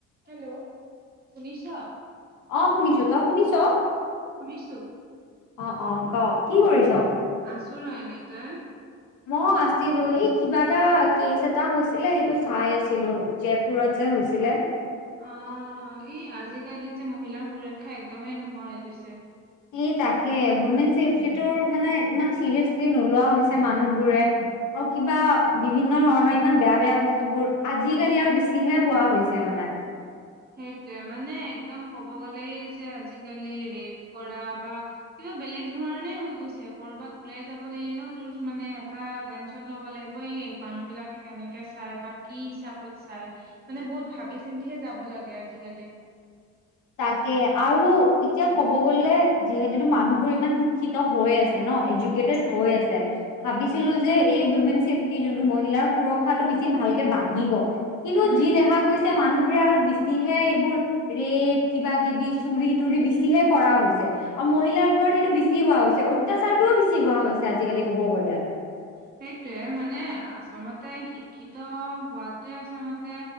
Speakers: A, on the right; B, on the left.
A: Hello শুনিছ।
B: অ', শুনিছোঁ ত শুনিছ।
A: শুনিছোঁ।
B: অ', অ', ক কি কৰিছ?
A: আছোঁ ৰ এনে তই?
B: মই আছিলোঁ এই কিবা এটা কেচ এটা হৈছিলে সেইটো চাই আছিলোঁ জয়পুৰত যে হৈছিলে।
A: অ', ই আজিকালি যে মহিলাৰ সুৰক্ষা একদমেই নোহোৱা হৈ গৈছে।
B: এই তাকে উইমেন চছেফটিটো মানে ইমান চিৰিয়াচলি নোলোৱা হৈছে মানুহবোৰে। আৰু কিবা বিভিন্ন ধৰণৰ ইমান বেয়া, বেয়া বস্তুবোৰ আজিকালি আৰু বেছিহে হোৱা হৈছে মানে
A: সেইটোৱে মানে একদম ক'ব গ'লে যে আজিকালি ৰেপ কৰা বা কিবা বেলেগ ধৰণে হৈ গৈছে কৰ'বাত ওলাই যাব লাগিলেও তোৰ মানে এটা টেনশ্যন ল'ব লাগিব এই মানুহবিলাকে কেনেকে চায় বা কি হিচাপত চায় মানে বহুত ভাবি চিন্তিহে যাব লাগে আজিকালি।
B: তাকে আৰু এতিয়া ক'ব গ'লে যিহেতুটো মানুহবোৰ ইমান শিক্ষিত হৈ আছে ন এ ক্ৰিকেটড
A: উম
B: হৈ আছে। ভাবিছিলোঁ যে এই উইমেন চছেফটি যোনটো মহিলাৰ সুৰক্ষাটো বেছি ভালকে বাঢ়িব। কিন্তু
A: উম
B: যি দেখা গৈছে মানুহবোৰে আৰু বেছিহে এইবোৰ ৰেট কিবা কিবি চুৰি তুৰি বেছিহে কৰা হৈছে। আৰু মহিলাৰ ওপৰত এইেইটো বেছি হোৱা হৈছে অত্যাচাৰটোও বেছি হোৱা হৈছে আজিকালি ক'ব গ'লে।
A: সেইটোয়ে মানে আচলতে শিক্ষিত হোৱাতোৱে আচলতে